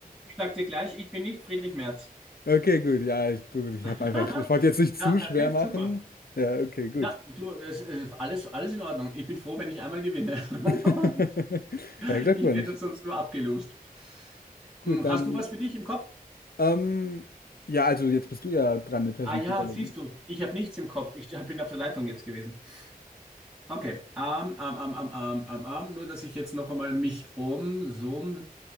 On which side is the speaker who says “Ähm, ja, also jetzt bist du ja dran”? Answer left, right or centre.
Left